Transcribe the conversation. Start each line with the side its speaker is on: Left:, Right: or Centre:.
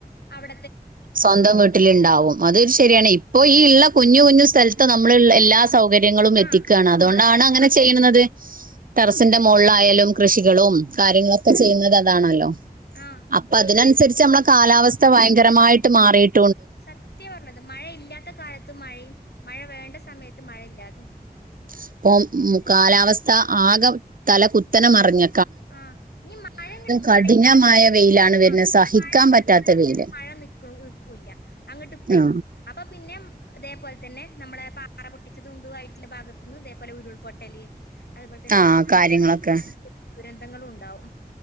Left: അവി
Right: സ്വന്തം വീട്ടിലുണ്ടാവും അത് ഒരു ശരിയാണ് ഇപ്പൊ ഈ ഉള്ള കുഞ്ഞു കുഞ്ഞു സ്ഥലത്ത് നമ്മൾ എല്ലാ സൗകര്യങ്ങളും
Left: ആഹ്
Right: എത്തിക്കുകയാണ് അതുകൊണ്ടാണ്
Left: അത്
Right: അങ്ങനെ ചെയ്യുന്നത് ടെറസിന്റെ മുകളിലായാലും കൃഷികളും കാര്യങ്ങളൊക്കെ ചെയ്യുന്നത് അതാണല്ലോ
Left: ആഹ്
Right: അപ്പൊ
Left: പിന്നെ
Right: അതിനനുസരിച്ച് നമ്മള കാലാവസ്ഥ ഭയങ്കരമായിട്ട് മാറിട്ട്
Left: സത്യ പറഞ്ഞത് മഴയില്ലാത്ത കാലത്ത് മഴയും മഴ വേണ്ട സമയത്ത് മഴയില്ലാതെ
Right: ഇപ്പ ഉം കാലാവസ്ഥ ആകെ തല കുത്തന മറിഞ്ഞ
Left: ആ ഇനി മഴ അങ്ങട്ടു തുടങ്ങിയ
Right: കഠിനമായ വെയിലാണ് വരുന്നത്
Left: ആ
Right: സഹിക്കാൻ
Left: മഴ അങ്ങ്
Right: പറ്റാത്ത
Left: തുടങ്ങിയാൽ
Right: വെയില്
Left: മഴ നിക്കണ് നിക്കൂല്ല അങ്ങട്ട് പെയ്യ്
Right: ആ
Left: അപ്പൊ പിന്നെ അതേപോലെ തന്നെ നമ്മളെ പാറ പൊട്ടിച്ചത് ഉണ്ടതു ആയിട്ടുള്ള ഭാഗത്തു നിന്ന് അതേപോലെ ഉരുൾപൊട്ടല് അതുപോലെ തന്നെ <unintelligible>
Right: ആ കാര്യങ്ങളൊക്കെ
Left: ദുരന്തങ്ങളും ഉണ്ടാവും